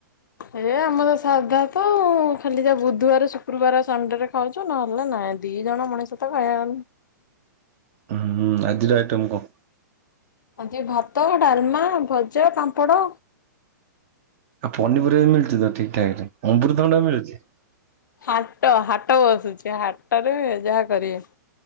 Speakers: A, on the left; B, on the right.
A: ହେ ଆମର ସାଧା ତ ଆଉ ଖାଲି ଯା ବୁଧବାର ଶୁକ୍ରବାର ସଣ୍ଡେ ରେ ଖାଉଛୁ ନହେଲେ ନାଇଁ ଦି ଜଣ ମଣିଷ ତ ଖାଇଆ
B: ହୁଁ ହଁ ଆଜିର ଆଇଟମ କଣ?
A: ଆଜି ଭାତ, ଡାଲମା, ଭଜା, ପାମ୍ପଡ଼।
B: ଆଉ ପନିପରିବା ମିଳୁଛି ତ ଠିକ୍ ଠାକ୍ ରେ ଅମୃତଥଣ୍ଡା ମିଳୁଛି?
A: ହାଟ ହାଟବସୁଛି ହାଟରେ ଯାହା କରିବେ।